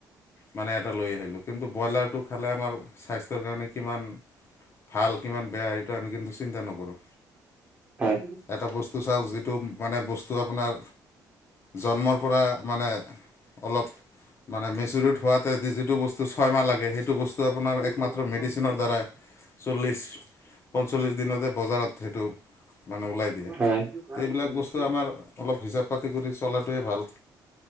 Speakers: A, on the left (about 35°); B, on the right (about 20°).
A: মানে এটা লৈ আহিলোঁ কিন্তু ব্ৰইলাৰটো খালে আমাৰ স্বাস্থ্যৰ কাৰণে কিমান ভাল কিমান বেয়া সেইটো আমি কিন্তু চিন্তা নকৰোঁ।
B: হয়,
A: এটা বস্তু চাওক যিটো মানে বস্তু আপোনাৰ জন্মৰ পৰা মানে অলপ মানে মেচুৰিট হোৱাতে যিটো বস্তু ছয়মাহ লাগে সেইটো বস্তু আপোনাৰ একমাত্ৰ
B: <unintelligible>
A: মেডিচিনৰ দ্বাৰাই চল্লিছ পঞ্চল্লিছ দিনতে বজাৰত সেইটো মানে ওলাই দিয়ে এই
B: হয়। উম,
A: এইবিলাক বস্তু আমাৰ অলপ হিচাপ পাতি কৰি চলাটোৱে ভাল।